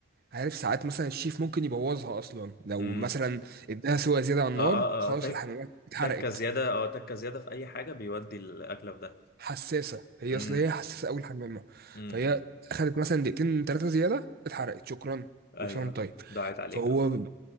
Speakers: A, on the right; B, on the left.
A: عارف ساعات مثلا الشيف ممكن يبوظها اصلا لو
B: امم
A: مثلا اداها سوا زيادة على النار
B: اه اه
A: خلاص
B: اه آه. تك-
A: الحمامية اتحرقت
B: تكه زياده اه تكه زياده في اي حاجه بيودي الاكله في ده
A: حساسه هي
B: امم
A: اصل هي حساسه اول حمامه
B: امم
A: فهي اخذت مثلا دقيقتين ثلاثه زياده اتحرقت شكرا
B: ايوه
A: كل سنه وأنت طيب
B: دعيت عليك
A: فهو
B: اه